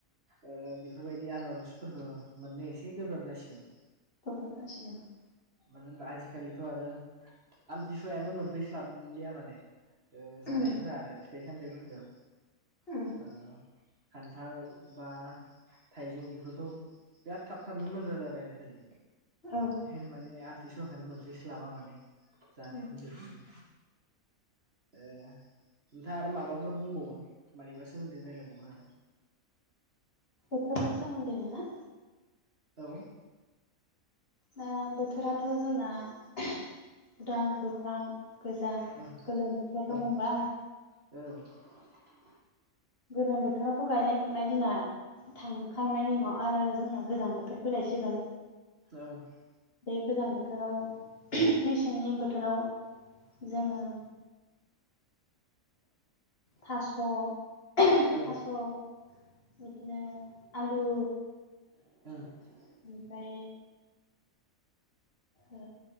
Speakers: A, on the right; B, on the left.
A: ओ बेफोरबायदि आनारसफोरखौ मोननो एसे गोब्राब जासिगोन।
B: <unintelligible>
A: मानो होनबा आजिखालिथ' आरो आमथिसुवायानो मोनफैस्लाबलिया माने ओ जानायफोरा
B: उम
A: आरो फिथाइ सामथाइफोरखो
B: उम
A: ओ खान्थाल बा थाइजौ बेफोरथ' बिराद थाब थाबनो मोनग्रा जाबाय आजिखालि।
B: औ।
A: बेनिखायनो माने आमथिसुवाखोनो मोनफैसोलाबा माने जानायावनो
B: उम
A: जोबजोबो। ओ नोंथाङा आरो माबाफोर बुंबावगोन? मानिबा सोमोन्दै रायजलायबावगोन आरो?
B: बोथोरनि सोमोन्दैनो ना?
A: औ।
B: दा बोथोराथ' जोंना उदां, दुफां, गोजां,
A: औ
B: गोलोम बोथोर
A: औ
B: दङ ओमबा
A: औ।
B: गरम बोथोरा थ' गायनाय फुनाय दिना थांखांनायनि उनाव आरो जोंना गोजां बोथोर फैलायसिगोन।
A: औ
B: बे गोजां बोथोराव मेसेंनि बोथोराव जोङो थास'-थास'
A: औ
B: बिदिनो आलु
A: <inaudible>
B: ओमफ्राय ओ